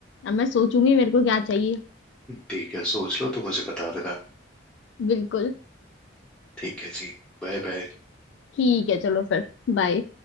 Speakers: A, on the left (about 65°); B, in the centre.
A: अब मैं सोचूंगी मेरे को क्या चाहिए
B: ठीक है सोच लो तो मुझे बता देना
A: बिल्कुल
B: ठीक है जी Bye bye
A: ठीक है चलो फिर बाय